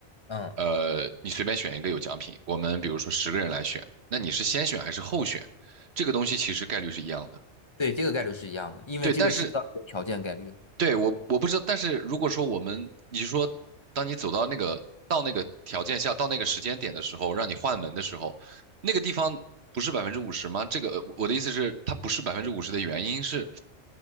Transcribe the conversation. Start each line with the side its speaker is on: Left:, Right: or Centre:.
Left: 嗯，
Right: 呃，你随便选一个有奖品，我们比如说十个人来选，那你是先选还是后选？这个东西其实概率是一样的，
Left: 对，这个概率是一样的，因为这个是一个条件概率
Right: 对。但是对，我我不知道，但是如果说我们，你是说，当你走到那个到那个条件下，到那个时间点的时候，让你换门的时候，那个地方不是百分之五十吗？这个呃我的意思是，它不是百分之五十的原因是，